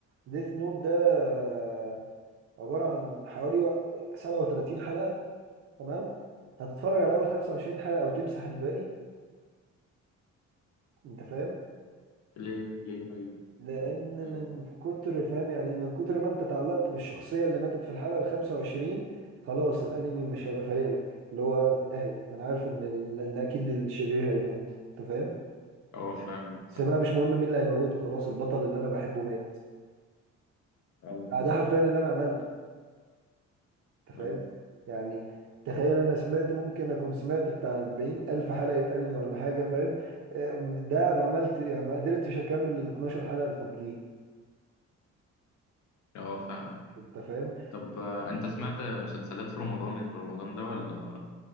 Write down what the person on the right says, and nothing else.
ديث نوت ده آه، عبارة عن حوالي 37 حلقة تمام هتتفرج على اول 25 حلقة او تمسح الباقي انت فاهم
لان
من كتر فاهم يعني إيه؟ من كتر ما انت تعلقت بالشخصية اللي ماتت في الحلقة ال 25 خلاص الانمي مش هيبقى فارق لك اللي هو في داهية انا عارف ان ال... ان اكيد الشرير هيموت انت فاهم
بس
بقى مش مهم مين اللي هيموته خلاص البطل اللي انا بحبه مات
لا ده حرفيا اللي انا عملته انت
فاهم
يعني تخيل انا سمعت ممكن اكون سمعت بتاع 40 الف حلقه انمي ولا حاجه فاهم أم، ده انا عملت يعني ما قدرتش اكمل ال 12 حلقه الفاضلين
انت فاهم